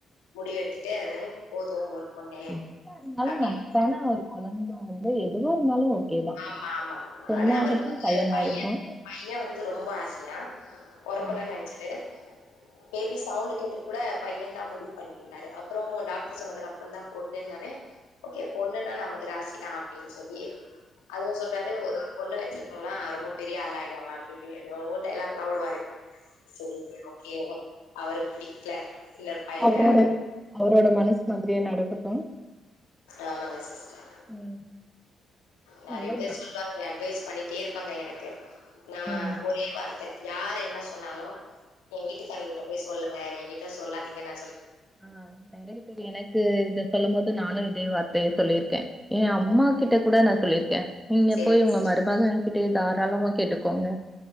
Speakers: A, on the left (about 85°); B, in the centre.
A: முடிவு எடுத்துட்டு அஹ போது ஒரு. பொண்ணு
B: <unintelligible> அது
A: அப்டின்னு.
B: எதுவா இருந்தாலும் ஓகே தான்.
A: ஆமா ஆமா
B: பொண்ணாகட்டும்,
A: ஆனா அவருக்கு வந்து
B: பையனாகட்டும்.
A: பையன் பைய வந்து ரொம்ப ஆசயா பொறக்கணும்னு
B: ஆ.
A: நினைச்சரு பேபி சவுண்ட் கேட்டு கூட பையன் தா முடிவு பண்ணியிட்டாரு அப்பறம் டாக்டர் சொன்னதுக்கு அப்பறம் தா பொண்ணுன்னாலே ஓகே பொண்ணுன்னா நமக்கு ராசிதா அப்டின்னு சொல்லி அதுவும் சொல்றாரு ஒரு பொண்ண ஆச்சு அவுங்களா ரொம்ப பெரிய ஆள் ஆய்டுவாங்க அப்இப்டின் எதோ டைலாக் லா வுடுவாரு சொரிக் ஒகேவ அவர பிடிக்கல இன்னொரு பைய
B: அவரோட அவரோட மனசு மாதிரியே நடக்க உ
A: ஆமாங்க சிஸ்டர்
B: ம்.
A: நெறய
B: நல்லதுதான்.
A: பேரு சொல்லுவாங்க அட்வைஸ் பண்ணிடே இருப்பாங்க எனக்கு நா
B: ம்.
A: ஒரே வார்த் யாார் என்ன சொன்னாலு என் வீட்டுக்காரர்கிட்ட போய் சொல்லுங்கக் ஏ என்கிட்ட சொல்லாதீங்கன்ன
B: ஆஹ் நெறய பேர் எனக்கு இது சொல்லும் போது நானும் இதே வார்தய சொல்லியிருக்கேன் எ அம்மா கிட்ட கூட நான் சொல்லிருகே நீங்க
A: சரிங்க
B: போயு உங்க மறுமக கிட்டே தாராளமா கேட்டுக்கோங்க